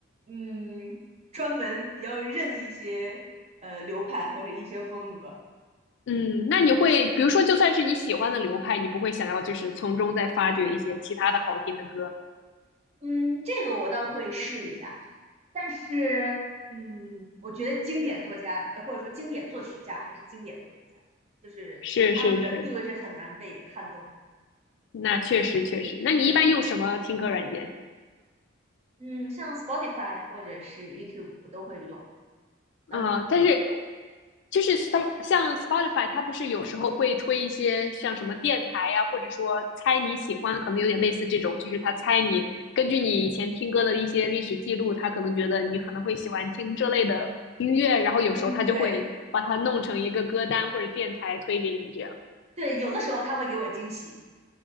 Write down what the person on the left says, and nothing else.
嗯，那你会，比如说，就算是你喜欢的流派，你不会想要就是从中再发掘一些其他的好听的歌？
是是是，那确实确实。那你一般用什么听歌软件？
嗯，但是就是他们像 Spotify，它不是有时候会推一些像什么电台呀、或者说猜你喜欢，可能有点类似这种，就是他猜你根据你以前听歌的一些历史记录，他可能觉得你可能会喜欢听这类的音乐，然后有时候他就会把它弄成一个歌单或者电台推给你这样。